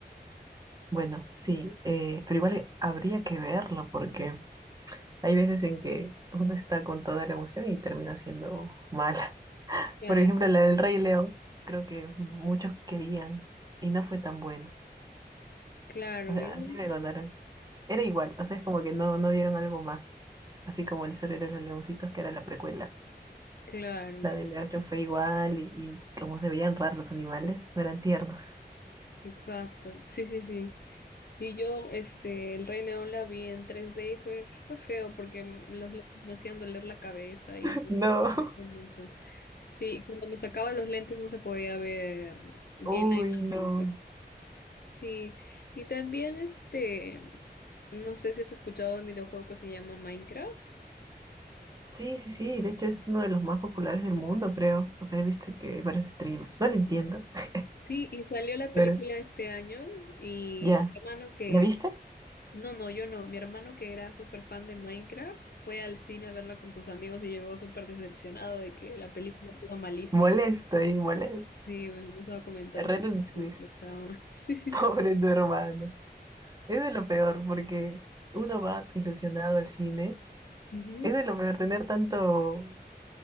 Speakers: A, on the right; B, on the left.
A: Bueno, sí. eh, pero igual habría que verlo porque hay veces en que uno está con toda la emoción y termina siendo mal.
B: Claro,
A: Por ejemplo, la del Rey León, creo que muchos querían y no fue tan buena.
B: claro.
A: O sea,
B: y bueno,
A: así me
B: es-
A: contaron. Era igual, o sea, es como que no, no vieron algo más. Así como el historia de los leoncitos, que era la precuela.
B: Claro.
A: La del Leocho fue igual y, y como se veían raros los animales, no eran tiernos.
B: Exacto, sí, sí, sí. Y yo, este, El Rey León la vi en tres d y fue, fue feo porque m- los lentes me hacían doler la cabeza
A: <laughs>
B: y no
A: No,
B: me gustó mucho. Sí, cuando me sacaba los lentes no se podía ver bien
A: uy,
B: la
A: no.
B: imagen, pues. Sí, y también este, no sé si has escuchado de un videojuego que se llama Minecraft.
A: Sí, sí, sí, de hecho es uno de los más populares del mundo, creo. O sea, he visto que hay varios streamers. No lo entiendo, <laughs>
B: Sí, y salió la
A: pero
B: película este año y
A: ya.
B: mi hermano que
A: ¿La viste?
B: No, no, yo no. Mi hermano, que era súper fan de Minecraft, fue al cine a verla con sus amigos y llegó súper decepcionado de que la película estaba malísima.
A: Molesto y molesto.
B: Sí, me me estaba comentando
A: Renuncio,
B: que la película
A: dije.
B: estaba mal. <laughs> Sí,
A: <laughs>
B: sí,
A: Pobre
B: sí.
A: tu hermano. Es de lo peor, porque uno va ilusionado al cine.
B: Ujú.
A: Es de lo peor tener tanto,